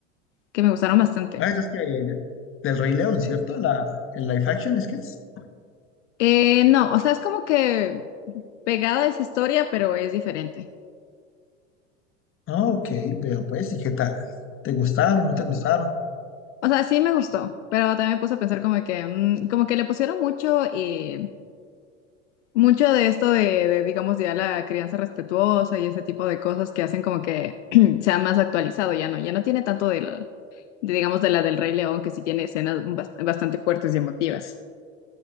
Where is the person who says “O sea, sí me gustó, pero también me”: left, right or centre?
Left